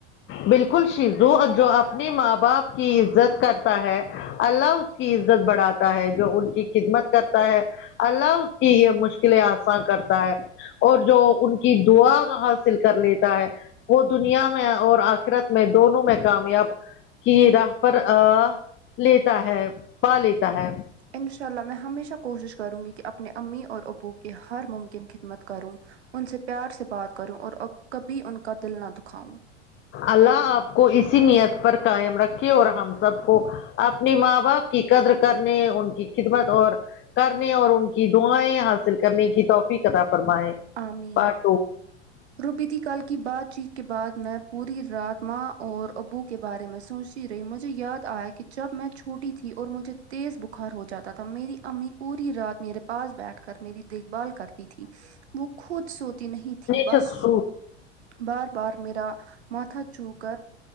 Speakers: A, on the left; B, on the right.
A: بالکل شیزو اور جو اپنے ماں باپ کی عزت کرتا ہے اللہ اس کی عزت بڑھاتا ہے جو ان کی خدمت کرتا ہے اللہ اس کی یہ مشکلیں آساں کرتا ہے اور جو ان کی دعا حاصل کر لیتا ہے وہ دنیا میں اور آ خرت میں دونوں میں کامیاب کی راہ پر ا لیتا ہے پا لیتا ہے
B: انشاء اللہ میں ہمیشہ کوشش کروں گی کہ اپنے امی اور ابو کی ہر ممکن خدمت کروں ان سے پیار سے بات کروں اور کبھی ان کا دل نہ دکھاؤں
A: اللہ آپ کو اسی نیت پر قائم رکھے اور ہم سب کو اپنے ماں باپ کی قدر کرنے ان کی خدمت اور کرنے اور ان کی دعائیں حاصل کرنے کی توفیق عطا فرمائے
B: آمین
A: پارٹ
B: روبی دی کل کی بات چیت کے بعد میں پوری رات ماں اور ابو کے بارے میں سوچ ہی رہی مجھے یاد آیا کہ جب میں چھوٹی تھی اور مجھے تیز بخار ہو جاتا تھا میری امی پوری رات میرے پاس بیٹھ کر میری دیکھ بھال کرتی تھی وہ خود سوتی نہیں تھی بس
A: ٹو
B: بار بار میرا ماتھا چو کر